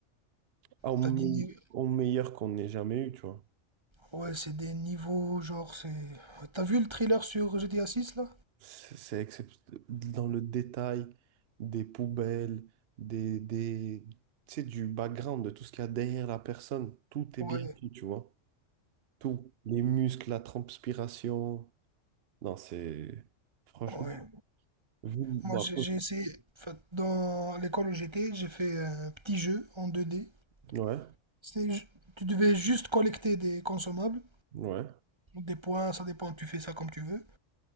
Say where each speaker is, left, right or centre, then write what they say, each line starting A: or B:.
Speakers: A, on the right; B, on the right.
A: à au, me-
B: T'as des ni-
A: au meilleur qu'on n'ait jamais eu, tu vois.
B: Ouais, c'est des niveaux, genre, c'est... T'as vu le trailer sur GTA 6, là?
A: C'est c'est excep- dans le détail des poubelles, des, des, tu sais, du background, de tout ce qu'il y a derrière la personne. Tout est
B: Ouais,
A: bien fait, tu vois. Tout. Les muscles, la transpiration. Non, c'est... Franchement,
B: ouais.
A: vu... bah,
B: Moi, j'ai j'ai essayé... en fait, dans l'école où j'étais, j'ai fait un petit jeu en 2D.
A: ouais,
B: C'est... ju- Tu devais juste collecter des consommables.
A: ouais, ouais.
B: des points, ça dépend, tu fais ça comme tu veux.